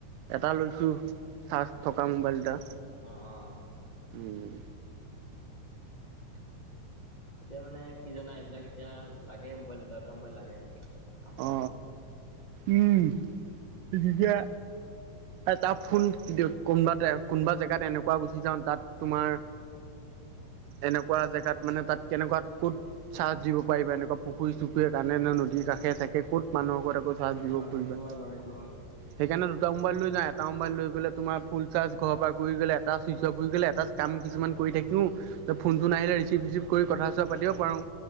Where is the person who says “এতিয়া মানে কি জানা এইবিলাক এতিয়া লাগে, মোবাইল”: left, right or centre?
Left